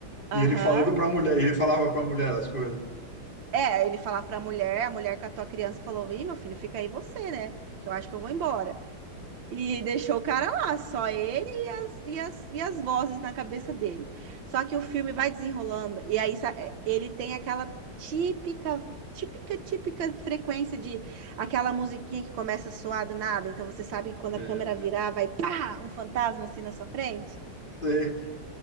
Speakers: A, on the right; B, on the left.
A: Aham.
B: E ele falando para a mulher, e ele falava para a mulher as coisas.
A: É, ele falava pra mulher, a mulher catou a criança e falou: Ih, meu filho, fica aí você, né? Que eu acho que eu vou embora. E deixou o cara lá, só ele e as, e as, e as vozes na cabeça dele. Só que o filme vai desenrolando, e aí sa- eh, ele tem aquela típica, típica, típica frequência de aquela musiquinha que começa a soar do nada. Então você sabe que quando
B: É,
A: a câmera
B: mano.
A: virar, vai pá, um fantasma assim na sua frente.
B: Sei.